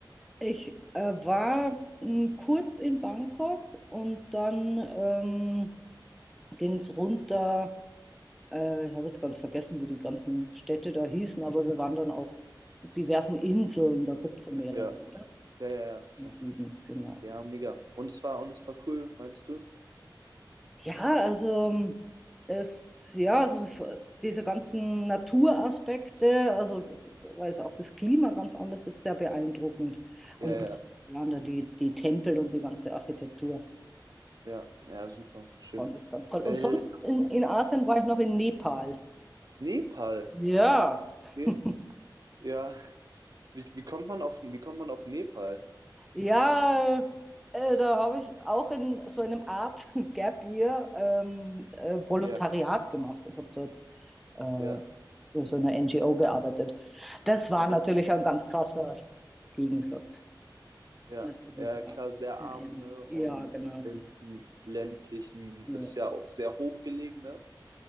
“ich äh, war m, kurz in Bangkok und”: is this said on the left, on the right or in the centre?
Centre